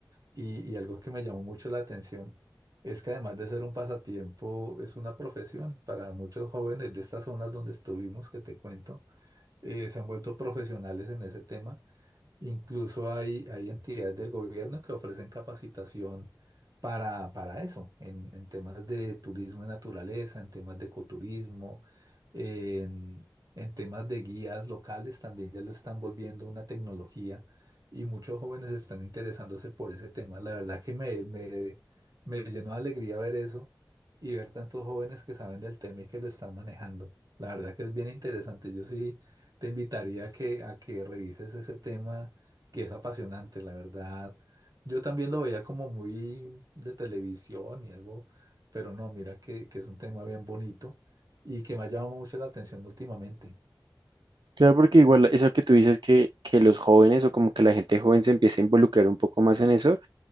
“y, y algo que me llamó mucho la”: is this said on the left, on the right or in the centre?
Right